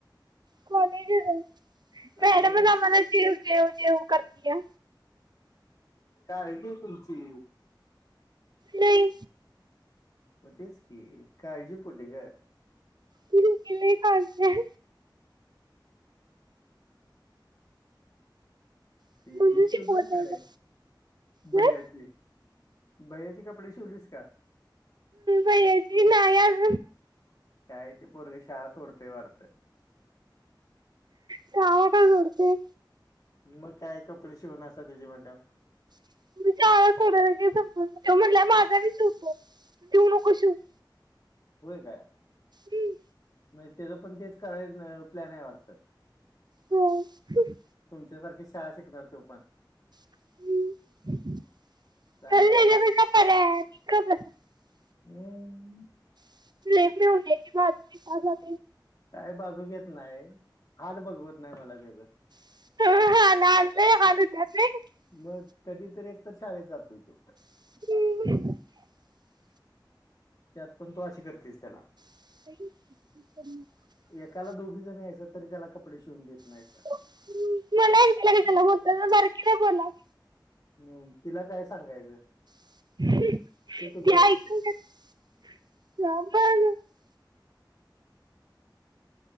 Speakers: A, on the right; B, on the left.
A: कॉलेजच हाय. मॅडमच
B: असलं काय
A: आम्हाला जेव जेव जेव करतिया.
B: काळजीय तुमची.
A: नाई.
B: म तेच की काळजीपोटी ग.
A: तेचं कि लई काळजी हाय. म्हणून
B: ती हे शिवल
A: शिकवत नाही
B: काय?
A: का? हं?
B: बहयाचे. बह्याचे कपडे शिवलीस का?
A: भयाची नाई अजून.
B: काय ते पोरग शाळा सोडतय वाढतं.
A: शाळा का सोडते.
B: मग काय कपडे शिवणासा त्याजी म्हणल्याव.
A: <unintelligible>
B: होय काय
A: हं,
B: म्हणजे त्याच पण तेच कराय प्लॅन आहे वाटत.
A: हो. हं.
B: तुमच्यासारखी शाळा शिकणार तो पण.
A: <unintelligible>
B: चांगला <unintelligible>
A: <unintelligible>
B: काय बाजू घेत नाही. हात बघवत नाही मला त्याचा.
A: <unintelligible>
B: मग कधीतरी एकतर शाळेत जातोय तो.
A: <inaudible>
B: त्यात पण तू अशी करतेस त्याला.
A: <inaudible>
B: एकाला दोघी तरी त्याला कपडे शिवून देत नाहीस
A: <unintelligible>
B: हम्म तिला काय सांगायचं.
A: <unintelligible>
B: ते तुझ्यावरच